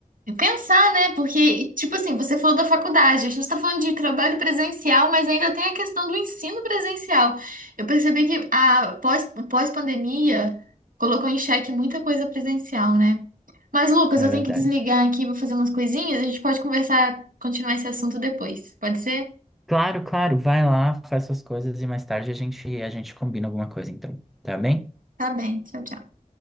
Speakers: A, on the right; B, in the centre.
A: Pensar, né? Porque, tipo assim, você falou da faculdade, a gente tá falando de trabalho presencial, mas ainda tem a questão do ensino presencial. Eu percebi que a pós, pós-pandemia colocou em xeque muita coisa presencial, né? Mas, Lucas, eu
B: É verdade.
A: tenho que desligar aqui, vou fazer umas coisinhas, a gente pode conversar, continuar esse assunto depois. Pode ser?
B: Claro, claro, vai lá, faz suas coisas e mais tarde a gente a gente combina alguma coisa, então. Tá bem?
A: Tá bem, tchau, tchau.